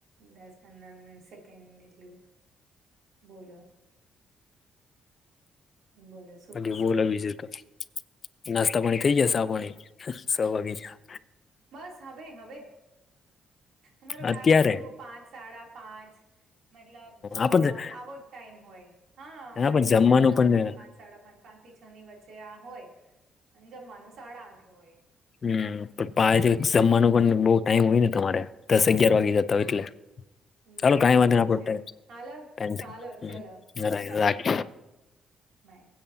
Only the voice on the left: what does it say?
બાકી બોલે બીજું તો નાસ્તા પાણી થઈ ગયા ચા પાણી છે વાગી ગયા.
અત્યારે
આપણ
પણ
જમવાનું
પણ
હમ પણ પાસે છે જમવાનું પણ બહુ ટાઈમ હોય ને તમારે દસ અગિયાર વાગી
જતા હોય એટલે ચાલો
કઈ વાંધો
આપડો
ટાઈમ
થઈ
રાખ